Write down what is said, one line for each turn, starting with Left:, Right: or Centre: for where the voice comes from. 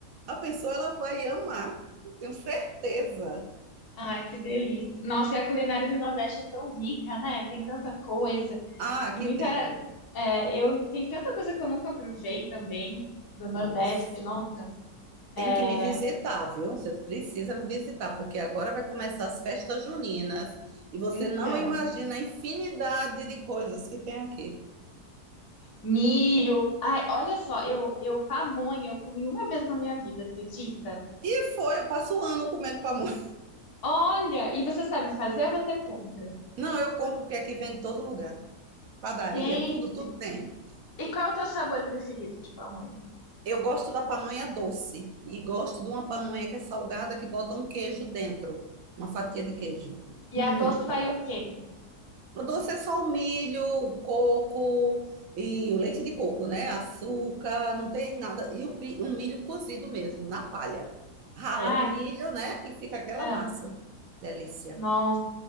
Right: A pessoa ela vai amar, eu tenho certeza.
Left: Ai, que delícia. Nossa, e a culinária do Nordeste é tão rica, né? Tem tanta coisa.
Right: Ah, aqui
Left: E muita.
Right: tem.
Left: é, eu, tem tanta coisa que eu nunca provei também do Nordeste.
Right: Nossa,
Left: Nossa.
Right: tem
Left: É,
Right: que me visitar, viu? Você precisa me visitar, porque agora vai começar as festas juninas e você
Left: então.
Right: não imagina a infinidade de coisas que tem aqui.
Left: Milho. Ai, olha só, eu, eu pamonha, eu comi uma vez na minha vida, acredita?
Right: E foi, eu passo o ano comendo pamonha.
Left: Olha, e você sabe fazer ou você compra?
Right: Não, eu compro porque aqui vende em todo lugar. Padaria,
Left: Gente,
Right: tudo, tudo tem.
Left: e qual é o teu sabor preferido de pamonha?
Right: Eu gosto da pamonha doce e gosto de uma pamonha que é salgada que bota um queijo dentro, uma fatia de queijo.
Left: E
Right: Muito
Left: a doce
Right: boa.
Left: vai o quê?
Right: O doce é só o milho, o coco e o leite de coco, né? Açúcar, não tem nada. E o, bi- o milho cozido mesmo, na palha. Rala
Left: Ah,
Right: o milho, né? E fica aquela
Left: ah,
Right: massa. Delícia.
Left: nossa.